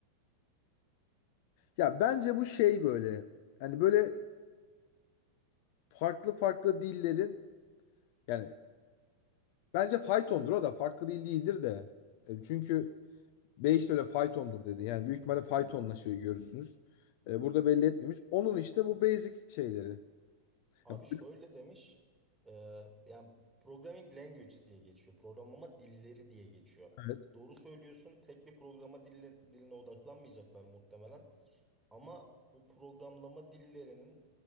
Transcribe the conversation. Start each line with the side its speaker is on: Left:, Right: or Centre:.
Left: ya bence bu şey böyle hani böyle farklı farklı dillerin yani bence faytondur o da farklı dil değildir de. E, Çünkü Beyiş de öyle faytondur dedi. Yani büyük ihtimalle faytonla şey görürsünüz. E, burada belli etmemiş. Onun işte bu basic şeyleri.
Centre: Abi
Left: Yani-
Centre: şöyle demiş, e, yani programming language diye geçiyor, programlama dilleri diye geçiyor.
Left: Evet.
Centre: Doğru söylüyorsun, tek bir programa dille- diline odaklanmayacaklar muhtemelen. Ama bu programlama dillerinin